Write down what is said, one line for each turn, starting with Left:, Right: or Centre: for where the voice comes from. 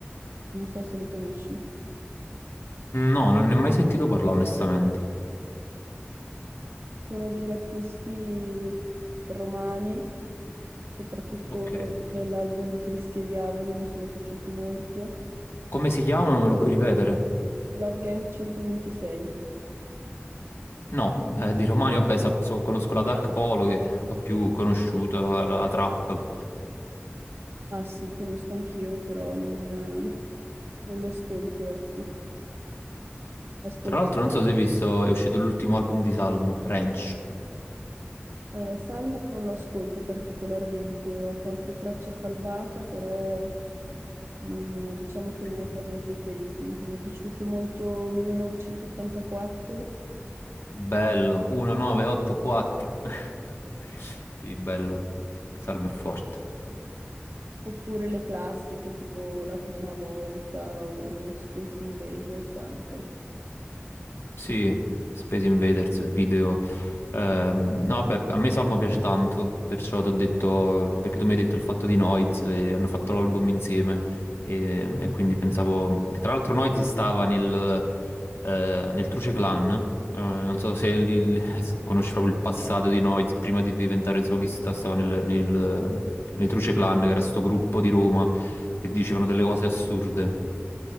Right: Non so se li conosci.
Left: No, non ne ho mai sentito parlare onestamente.
Right: Sono degli artisti romani, soprattutto
Left: Ok.
Right: nell'album Cristi e Diavoli mi sono piaciuti molto.
Left: Come si chiamano? Me lo puoi ripetere?
Right: Love Gang 126.
Left: No, eh, di romani, vabbè, sa- so- conosco la Dark Polo che è un po' più conosciuta, la, la- la Trap.
Right: Ah sì, conosco anch'io, però non, eh, non li ascolto, ecco. Ascolto
Left: Tra l'altro, non so se hai visto, è uscito l'ultimo album di Salmo, Ranch.
Right: Eh, Salmo non lo ascolto particolarmente, ho qualche traccia salvata, però non- diciamo
Left: Ok.
Right: che non è tra i miei preferiti. Mi è piaciuto molto 1984,
Left: Bello, 1984. <laughs> Sì, bello. Salmo è forte.
Right: oppure le classiche, tipo La prima volta o Space Invaders anche.
Left: Sì, Space Invaders, il video. Ehm, no, beh, a me Salmo piace tanto, perciò ti ho detto, perché tu mi hai detto il fatto di Noiz, e hanno fatto l'album insieme, e, e quindi pensavo, che tra l'altro Noiz stava nel, eh, nel Truce Clan, eh, non so se li- li- <laughs> conosci proprio il passato di Noiz, prima di diventare solista stava nel, nel, nei Truce Clan, che era sto gruppo di Roma, che
Right: Sì,
Left: dicevano
Right: sì,
Left: delle cose assurde.